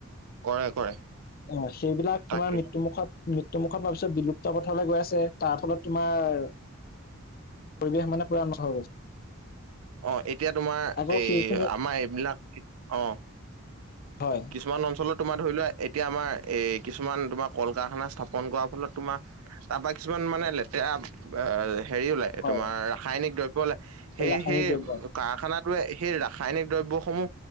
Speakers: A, on the right; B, on the left.
A: কৰে কৰে
B: অ সেইবিলাক
A: তাকে
B: তোমাৰ মৃত্যু মুুখত মৃত্যুমুখত সোৱাৰ পিছত বিলুপ্ত পথলৈ গৈ আছে তাৰ ফলত তোমাৰ পৰিৱেশ মানে পূৰা নষ্ট সৈ গৈছে
A: অ'। এতিয়া তোমাৰ
B: আকৌ
A: এই
B: সেইখিনি
A: আমাৰ এইবিলাক অ'
B: হয়।
A: কিছুমান অঞ্চলত তোমাৰ ধৰি লোৱা এতিয়া আমাৰ এই কিছুমান তোমাৰ কল কাৰখানা স্থাপন কৰাৰ ফলত তোমাৰ। তাৰপা কিছুমান মানে লেতেৰা হেৰি ওলাই
B: হয়
A: তোমাৰ ৰাসায়নিক দ্ৰব্য ওলাই। সেই
B: ৰাসায়নিক
A: সে
B: দ্ৰব্য
A: কাৰখানটোৱে সেই ৰাসায়নিক দ্ৰব্যসমূহ